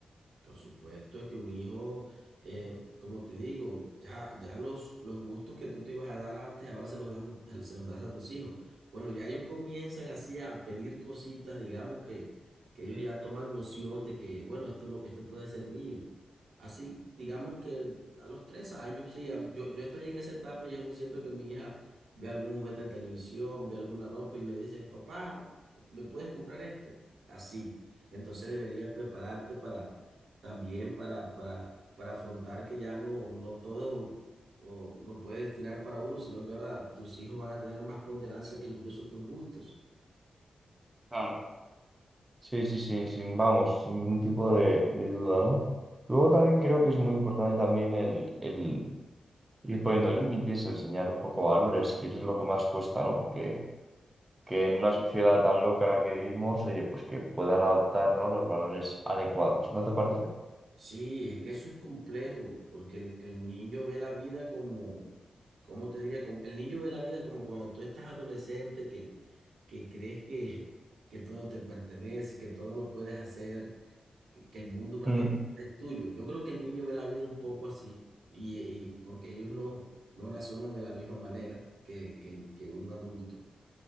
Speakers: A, on the right; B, on the right.
A: Por supuesto, es que un hijo, eh, como te digo, ya, ya los, los gustos que tú te ibas a dar antes, ahora se los das, a- se los das a tus hijos. Bueno, ya ellos comienzan así a pedir cositas, digamos que, que ellos ya toman noción de que, bueno, esto, lo- esto puede ser mío. Así, digamos que a los tres años, sí, a- yo, yo estoy en esa etapa y es donde siento que mi hija ve algún juguete en televisión, ve alguna ropa y me dice, papá, ¿me puedes comprar esto? Así. Entonces deberías prepararte también para, para, para afrontar que ya no, no todo o, lo puede destinar para uno, sino que ahora tus hijos van a tener más ponderancia que incluso tus gustos.
B: Claro. Sí, sí, sí, sin, vamos, sin ningún tipo de, de duda, ¿no? Luego también creo que es muy importante también el, el ir poniendo límites, el enseñar un poco valores, que eso es lo que más cuesta, ¿no? Que, que en una sociedad tan loca en la que vivimos, oye, pues que puedan adoptarnos los valores adecuados, ¿no te parece?
A: Sí, es que eso es complejo, porque el, el niño ve la vida como, ¿cómo te diría? Como, el niño ve la vida como cuando tú estás adolescente, que, que crees que, que todo te pertenece, que todo lo puedes hacer que el mundo prácticamente
B: Mm,
A: es tuyo. Yo creo que el niño ve la vida un poco así, y, y- porque ellos no, no razonan de la misma manera que, que, que un adulto.